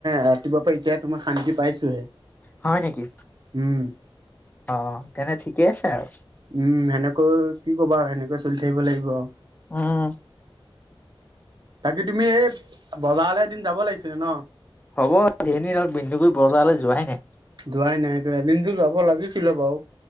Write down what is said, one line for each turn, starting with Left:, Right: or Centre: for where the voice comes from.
Right: ৰাতিপুৱাৰ পৰা এতিয়া তোমাৰ শান্তি পাইছোহে।
Left: হয় নেকি?
Right: উম।
Left: অ' তেনে ঠিকেই আছে আৰু।
Right: উম সেনেক কি ক'বা আৰু সেনেকৈ চলি থাকিব লাগিব আৰু।
Left: উম।
Right: বাকী তুমি এই বজালে এদিন যাব লাগিছিলে ন?
Left: হ'ব ধেই দিন হল বিনদু কৰি বজাৰলৈ যোৱাই নাই।
Right: যোৱাই নাই এদিনতো যাব লাগিছিলে বাৰু।